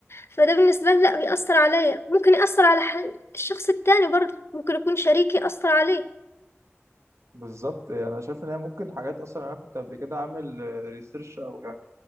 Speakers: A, on the left (about 60°); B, on the right (about 80°).
A: فده بالنسبة لي لا بيأثر عليا ممكن يأثر على ح- الشخص التاني برضه ممكن يكون شريكي أثر عليه
B: بالظبط يعني أنا شايف إن هي ممكن حاجات أصلا يعني أنا كنت قبل كده أعمل ريسيرش أو يعني